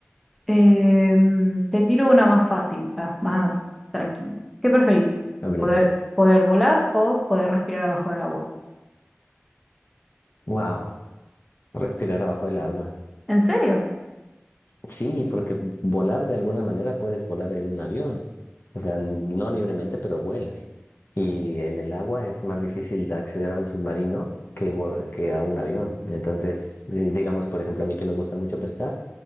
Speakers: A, in the centre; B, on the left.
A: Em, te tiro una más fácil, ah, más tranquila. ¿Qué preferís?
B: A ver,
A: poder volar o poder respirar abajo del agua.
B: Wow. Respirar abajo del agua.
A: ¿En serio?
B: Sí, porque volar de alguna manera puedes volar en un avión. O sea, no libremente, pero vuelas. Y en el agua es más difícil acceder a un submarino que, vo- que a un avión. Entonces, eh, digamos, por ejemplo, a mí que me gusta mucho pescar,